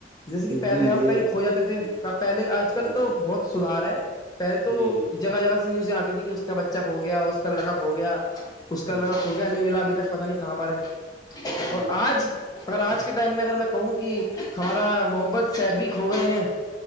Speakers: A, on the left; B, on the right.
A: جیسے کہ پہلے
B: جی
A: ہم
B: یہ
A: کئی کھو جاتے تھے
B: ہوں
A: پہلے آج کل
B: جی جی
A: تو بہت سدار ہے پہلے تو
B: جی جی
A: جگہ جگہ نیوز آتی تھی کہ اس کا بچہ کھو گیا اس کا لڑکا کھو گیا اس کا
B: ہوں
A: لڑکا س نہیں ملا ابھی تک پتا نہیں کہاں پر ہے
B: ہوں
A: اور آج مگر آج کے ٹائم میں اگر میں کہوں کہ ہمارا محمد صاحب کھو گئے ہیں